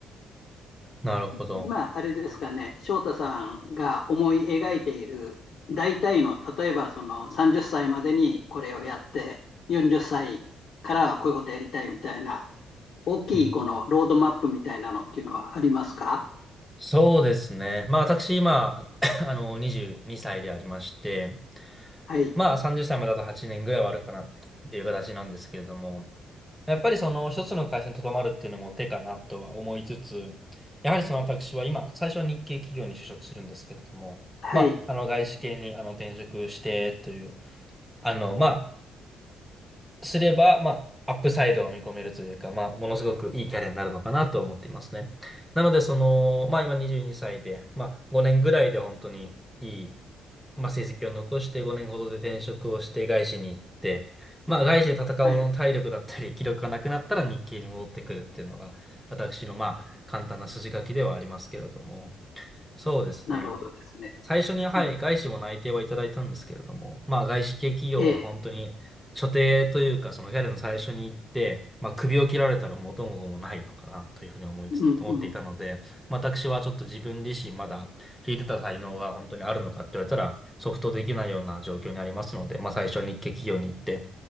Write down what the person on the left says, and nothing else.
今、あれですかね、翔太さんが思い描いている大体の、例えばその30歳までにこれをやって、40歳からはこういうことやりたいみたいな、大きいこのロードマップみたいなのっていうのはありますか
はい、
はい、
はい、
なるほどですね。
うん、
ええ、
うん、
うん、